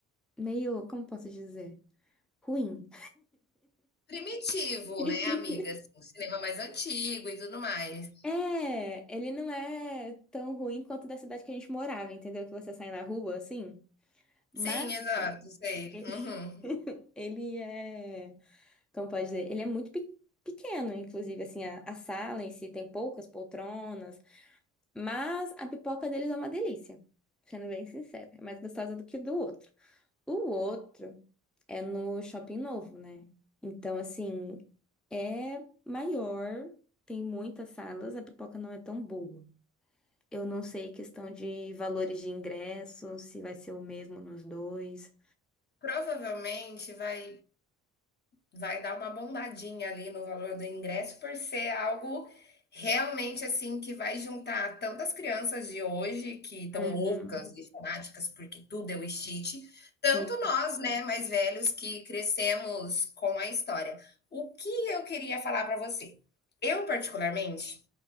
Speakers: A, in the centre; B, on the left (about 35°).
A: meio, como posso dizer? Ruim.
B: Primitivo,
A: <laughs>
B: né, amiga? Assim, o cinema mais antigo e tudo mais.
A: É, ele não é tão ruim quanto da cidade que a gente morava, entendeu? Que você sai na rua, assim. Mas
B: Sim, exato, sei.
A: <laughs>
B: Uhum.
A: ele é, como pode dizer? Ele é muito pe- pequeno, inclusive, assim, a, a sala em si tem poucas poltronas. Mas a pipoca deles é uma delícia, sendo bem sincera. É mais gostosa do que do outro. O outro é no Shopping Novo, né? Então, assim, é maior, tem muitas salas, a pipoca não é tão boa. Eu não sei questão de valores de ingresso, se vai ser o mesmo nos dois.
B: Provavelmente vai vai dar uma bombadinha ali no valor do ingresso por ser algo realmente assim que vai juntar tantas crianças de hoje que estão
A: Uhum.
B: loucas e fanáticas porque tudo é o Stitch, tanto
A: Sim.
B: nós, né, mais velhos que crescemos com a história. O que eu queria falar para você? Eu particularmente